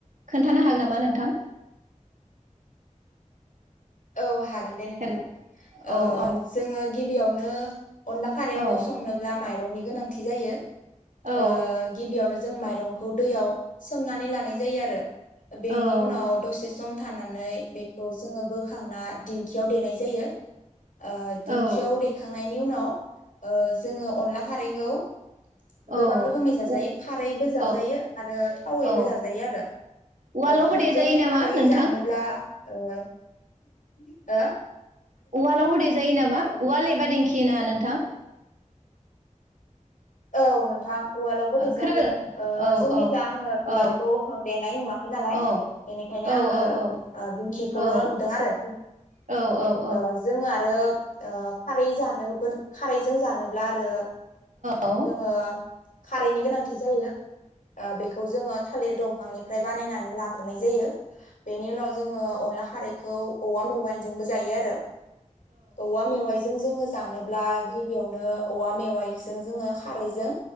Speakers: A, on the right; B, on the left.
A: खोन्थानो हागोन नामा नोंथां?
B: औ हागोन दे नोंथां
A: हेल
B: ओह
A: औ औ
B: जोङो गिबियावनो। <inaudible> अनला खारैखौ
A: औ
B: संनोब्ला माइ रंनि गोनांथि जायो।
A: औ
B: ओह गिबियावनो जों माइरं खौ दैयाव सोमनानै लानाय जायो आरो। बेनि
A: औ
B: उनाव दसे सम थानानै बेखौ जोङो बो खांना दिंखियाव देनाय जायो। ओह दिंखियाव
A: औ
B: देखांनाय नि उनाव ओह जोङो अनला खारैखौ गोबां
A: औ
B: रोखोमै जाजायो खारैबो जाजायो
A: औ
B: आरो थावैबो
A: औ
B: जाजायो आरो
A: उवालावबो
B: ओह
A: देजायो
B: जोङो
A: नामा
B: खारै
A: नोंथां
B: जानोब्ला । <unintelligible> ओ।
A: उवालावबो देेजायो नामा? उवाल एबा दिेंखि ना नोंथां?
B: औ नोंथां। उवालावबो देजायो
A: खोनादों
B: ओह
A: औ
B: जोंनि
A: औ
B: जा आङो उ
A: औ
B: उवालावबो देजायो ओ जोंनिखो आं उवालखौ देनाय नुवाखै नालाय
A: औ
B: बेनिखायनो
A: औ
B: आङो
A: औ
B: ओ दिंखिखौल'
A: औ
B: नुदों आरो
A: औ औ
B: ओह जोङो आरो। ओ खारै जानोबोल खारैजों जानोब्ला आरो
A: औ।
B: ओह खारैनि गोनांथि जायो। ओ बेखौ जोङो थालिर दं फांनिफ्राय बानायनानै लाग्रोनाय जायो। बेनि उनाव जोङो अनला खा खारैखौ औवा मेवाइजोंबो जायो आरो। औवा मेवाइजों जोङो जानोब्ला गिबियावनो औवा मेवाइजों जोङो खा खारैजों